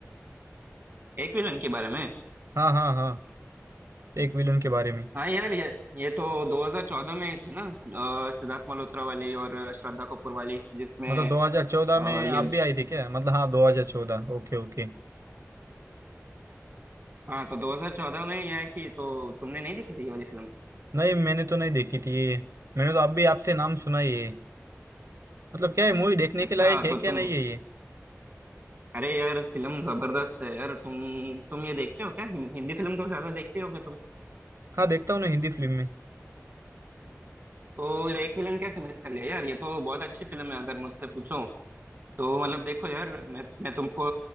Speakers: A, on the right; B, on the right.
A: एक विलन के बारे में
B: हाँ हाँ हाँ एक विलन के बारे में
A: हाँ यार ये ये तो 2014 में आई थी ना अ, सिद्धार्थ मल्होत्रा वाली और श्रद्धा कपूर वाली जिसमें
B: मतलब 2014
A: अ,
B: में
A: ये
B: आप भी आई थी क्या मतलब हाँ 2014 ओके ओके
A: हाँ तो 2014 में ये आई थी तो तुमने नहीं देखी थी ये वाली फिल्म
B: नहीं मैंने तो नहीं देखी थी ये मैंने तो अब भी आपसे नाम सुना ही है मतलब क्या है मूवी देखने
A: अच्छा
B: के लायक है
A: तो
B: क्या
A: तुम
B: नहीं है ये
A: अरे यार फिल्म जबरदस्त है यार तुम तुम ये देखते हो क्या हिं- हिंदी फिल्म तो ज्यादा देखते होगे तुम
B: हाँ देखता हूँ ना हिंदी फिल्म में
A: तो एक विलन कैसे मिस कर लिया यार ये तो बहुत अच्छी फिल्म है अगर मुझसे पूछो तो मतलब देखो यार मैं मैं तुमको